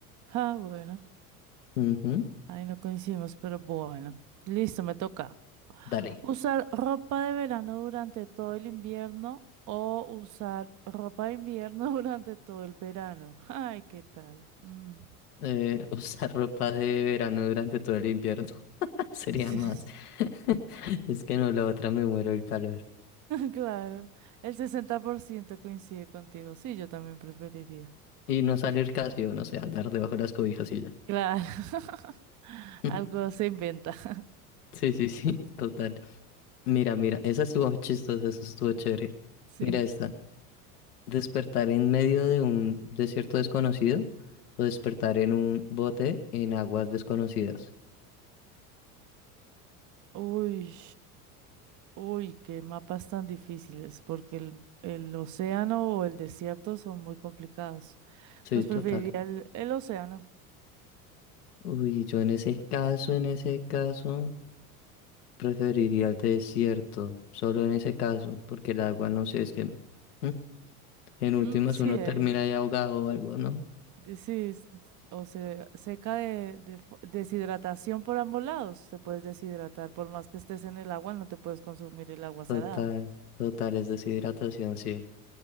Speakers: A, on the right (about 40°); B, on the left (about 80°).
A: Ah, bueno,
B: Ujú,
A: ahí no coincidimos, pero bueno. Listo, me toca.
B: Dale,
A: ¿Usar ropa de verano durante todo el invierno o usar ropa de invierno <laughs> durante todo el verano? Ay, ¿qué tal? Mm.
B: eh, <laughs> usar ropa de verano durante todo el invierno <laughs> sería
A: <laughs>
B: más. <laughs> Es que no, la otra me muero el calor.
A: Claro, el 60% coincide contigo. Sí, yo también preferiría.
B: Y no salir casi, o no sé, andar debajo de las cobijas y ya.
A: Claro, <laughs>
B: <laughs>
A: algo se inventa. <laughs>
B: Sí, sí, sí, <laughs> total. Mira, mira, esa estuvo chistosa, esa estuvo chévere.
A: Sí.
B: Mira esta. ¿Despertar en medio de un desierto desconocido o despertar en un bote en aguas desconocidas?
A: Uy, uy, qué mapas tan difíciles, porque el, el océano o el desierto son muy complicados.
B: Sí,
A: Pues
B: total.
A: preferiría el, el océano.
B: Uy, yo en ese caso, en ese caso, preferiría el desierto, solo en ese caso, porque el agua, no sé, es que mm, en últimas
A: Mm, sí,
B: uno
A: es-
B: termina ahí ahogado o algo, ¿no?
A: de- sí, es- o se seca de, de fo- deshidratación por ambos lados. Te puedes deshidratar, por más que estés en el agua, no te puedes consumir el agua salada.
B: Total, total, es deshidratación, sí.